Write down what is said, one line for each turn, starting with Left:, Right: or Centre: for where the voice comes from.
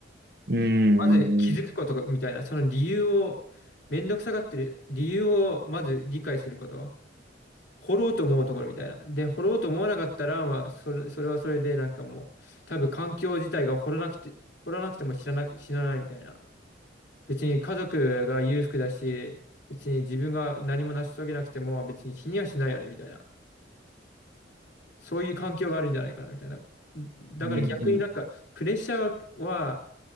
Right: うん。うんうん。
Left: まず気づくことがみたいな、その理由を、めんどくさがってる理由をまず理解すること。掘ろうと思うところみたいな。で、掘ろうと思わなかったら、まあ、それ、それはそれでなんかもう、多分環境自体が掘らなくて、掘らなくても知らな、知らないみたいな。別に家族が裕福だし、別に自分が何も成し遂げなくても別に死にはしないよねみたいな。そういう環境があるんじゃないかな、みたいな。だから逆になんか、
Right: うんうん。
Left: プレッシャーは